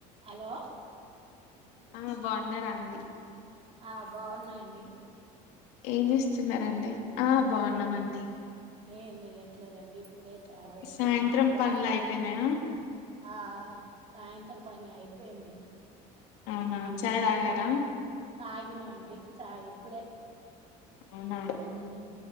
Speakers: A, on the right; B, on the left.
A: Hello.
B: ఆ బాగున్నారా అండి
A: ఆ బాగున్నామండి
B: ఏం చేస్తున్నరండి ఆ బాగున్నామండి
A: ఏ ఏం చేయట్లేదండి ఇప్పుడే చాయ్ పెట్టుకున్నావాకింగ్
B: సాయంత్రం పనులు అయిపోయినాయా
A: ఆ సాయంత్రం పని అయిపోయింది
B: అవునా
A: ఆ
B: చాయ్
A: మీ
B: తాగారా
A: తాగినమండి చాయ్ ఇప్పుడే
B: అవునా
A: ఉమ్